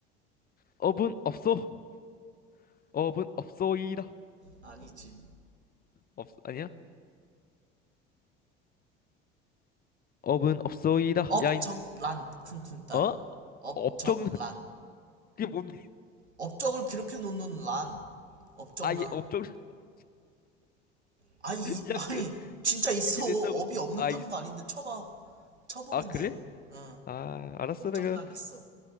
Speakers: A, on the left (about 25°); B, on the right (about 85°).
A: 업은 없어. 업은 없어이다.
B: 아니지.
A: 없 아니야? 업은 없어이다.
B: 업적란
A: 야인
B: 쿵쿵따.
A: 어?
B: 업적란.
A: 업적는 <laughs> 그게 뭔데?
B: 업적을 비롯해 놓는 란. 업적란.
A: 아예 업종 <laughs>
B: 아니, 이-
A: 이야
B: 아니,
A: 그-
B: 진짜 있어.
A: 그게 된다고
B: 업이 없는다는
A: 아, 이
B: 거 아닌데 쳐봐. 쳐보면
A: 아 그래?
B: 돼. 응,
A: 아 알았어
B: 업적란
A: 내가
B: 있어.